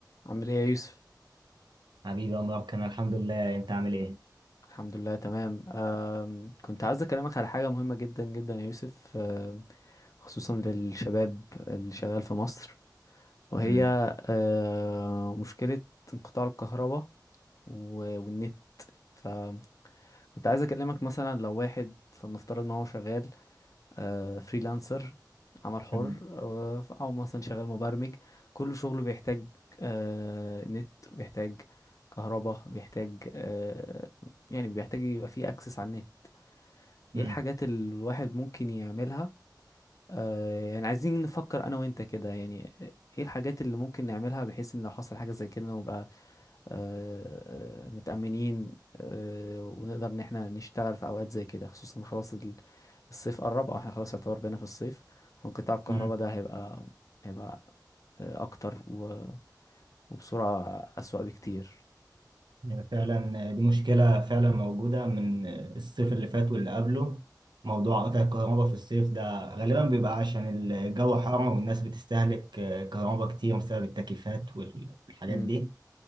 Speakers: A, on the left; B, on the right.
A: عامل ايه يا يوسف
B: حبيبي يا مبارك انا الحمد لله انت عامل ايه
A: الحمد لله تمام أم كنت عايز اكلمك على حاجه مهمه جدا جدا يا يوسف أم، خصوصا للشباب اللي شغال في مصر وهي
B: امم
A: أه، مشكله انقطاع الكهرباء و- والنت فكنت عايز اكلمك مثلا لو واحد فلنفترض ان هو شغال آه، فريلانسر عمل حر
B: امم
A: آه، او مثلا شغال مبرمج كل شغله بيحتاج آه، نت بيحتاج كهرباء بيحتاج آه، يعني بيحتاج يبقى فيه اكسس على النت ايه
B: امم
A: الحاجات اللي الواحد ممكن يعملها آه، يعني عايزين نفكر انا وانت كده يعني ايه الحاجات اللي ممكن نعملها بحيث ان لو حصل حاجة زي كده نبقى آه، آه، متأمنين آه، ونقدر ان احنا نشتغل في اوقات زي كده خصوصا خلاص ال- الصيف قرب او احنا خلاص يعتبر بينا في الصيف فانقطاع الكهرباء
B: أمم.
A: ده هيبقى هيبقى آه، اكتر و- وبسرعة اسوأ بكتير
B: يعني فعلا دي مشكله فعلا موجوده من الصيف اللي فات واللي قبله موضوع قطع الكهرباء في الصيف ده غالبا بيبقى عشان الجو حر والناس بتستهلك كهرباء كتير بسبب التكييفات وال- والحاجات
A: امم
B: دي